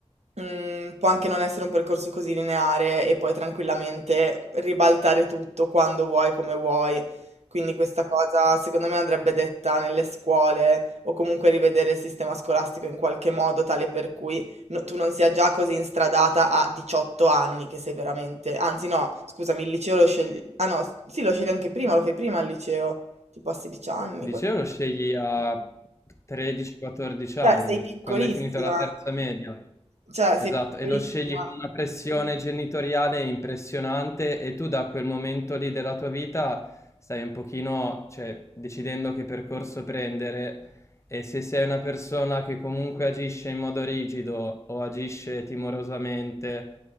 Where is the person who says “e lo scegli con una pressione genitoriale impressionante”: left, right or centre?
Left